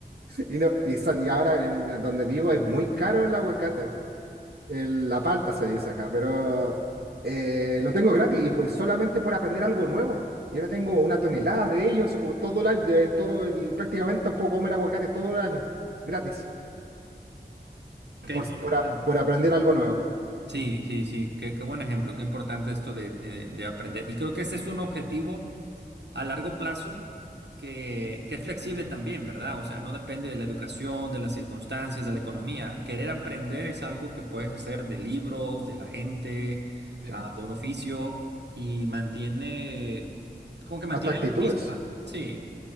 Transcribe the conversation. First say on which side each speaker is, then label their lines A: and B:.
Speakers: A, on the right (about 65°); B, on the right (about 85°).
A: Y, no, y, son- y ahora en donde vivo es muy caro el aguacate el- la palta se dice acá, pero eh, lo tengo gratis y pues solamente por aprender algo nuevo. Y ahora tengo una tonelada de ellos como todo el año, de todo el, prácticamente puedo comer aguacate todo el año, gratis,
B: qué
A: por,
B: importante.
A: por, a- por aprender algo nuevo.
B: Sí, sí, sí, qué, qué buen ejemplo, qué importante esto de, de- de aprender. Y creo que ese es un objetivo a largo plazo que, que es flexible también, ¿verdad? O sea, no depende de la educación, de las circunstancias, de la economía. Querer aprender es algo que puedes hacer de libros, de la gente,
A: Sí.
B: ah, de un oficio y mantiene, como que mantiene
A: Hasta actitudes,
B: la chispa. Sí,